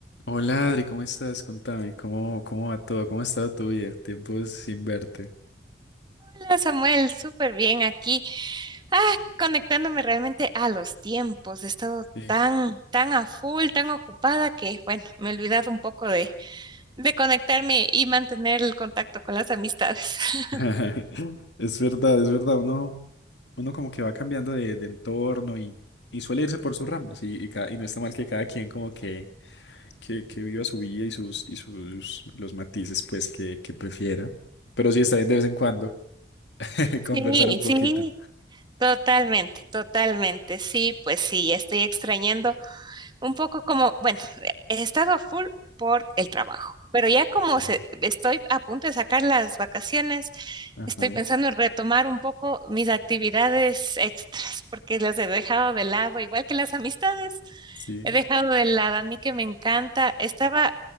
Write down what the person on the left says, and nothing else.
Hola Adri, ¿cómo estás? Contame, ¿cómo, cómo va todo? ¿Cómo ha estado tu vida? Tiempo sin verte.
Sí.
<laughs> Es verdad, es verdad. Uno, uno como que va cambiando de, de entorno y, y suele irse por sus ramas y, y, ca- y no está mal que cada quien como que, que, que viva su vida y sus, y sus los matices pues que, que prefiera. Pero sí está bien de vez en cuando <laughs>
conversar un poquito.
Sí.
Ajá,
sí.